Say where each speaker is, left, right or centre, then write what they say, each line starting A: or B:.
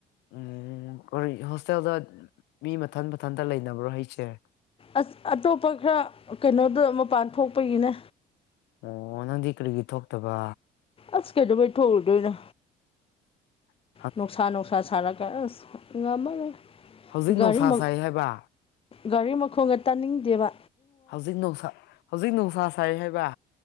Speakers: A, on the left; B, on the left.
A: ꯎꯝ ꯍꯣꯁꯇꯦꯜꯗ ꯃꯤ ꯃꯊꯟ ꯃꯊꯟꯇ ꯂꯩꯅꯕ꯭ꯔꯣ ꯍꯩꯁꯦ
B: ꯑꯁ ꯑꯇꯣꯞꯄ ꯈꯔ ꯀꯩꯅꯣꯗ ꯃꯄꯥꯟ ꯊꯣꯛꯄꯒꯤꯅꯦ
A: ꯑꯣ ꯅꯪꯗꯤ ꯀꯔꯤꯒꯤ ꯊꯣꯛꯇꯕ
B: ꯑꯁ ꯀꯩꯗꯣꯩ ꯊꯣꯛꯎꯗꯅ
A: ꯁꯤ
B: ꯅꯅꯨꯡꯁꯥ ꯅꯨꯡꯁꯁꯥ ꯁꯥꯔ ꯀꯁꯤ ꯉꯝꯃꯒ
A: ꯍꯧꯖꯤꯛ
B: ꯒꯥꯔꯤ
A: ꯅꯨꯡꯁꯥ
B: ꯃ
A: ꯁꯥꯏ ꯍꯥꯏꯕ
B: ꯒꯥꯔꯤ ꯃꯈꯣꯡꯒ ꯇꯥꯅꯤꯡꯗꯦꯕ
A: ꯍꯧꯖꯤꯛ ꯅꯨꯡꯁꯥ ꯍꯧꯖꯤꯛ ꯅꯨꯡꯁꯥ ꯁꯥꯏ ꯍꯥꯏꯕ